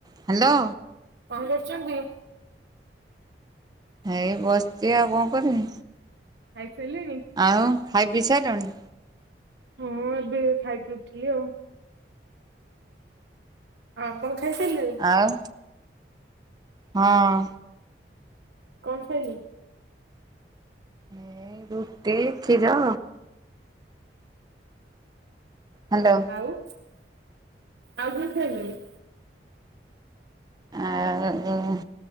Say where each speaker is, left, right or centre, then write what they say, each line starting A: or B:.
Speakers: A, on the right (about 20°); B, on the right (about 70°).
A: ହ୍ୟାଲୋ।
B: କଣ କରୁଛନ୍ତି?
A: ହେଇ ବସିଚି ଆଉ କଣ କରିମି।
B: ଖାଇ ସାଇଲେଣି?
A: ଆଉ ଖାଇ ପିଇ ସାଇଲଣି?
B: ହଁ ଏବେ ଏଇ ଖାଇକି ଉଠିଲି ଆଉ। ଆ ଆପଣ ଖାଇସାଇଲେଣି?
A: ଆଉ ହଁ।
B: କଣ ଖାଇଲେ?
A: ଏ ରୁଟି କ୍ଷୀର। ହ୍ୟାଲୋ।
B: ଆଉ ଆଉ କଣ ଖାଇଲୁଣିି?
A: ଆ, ଆଉ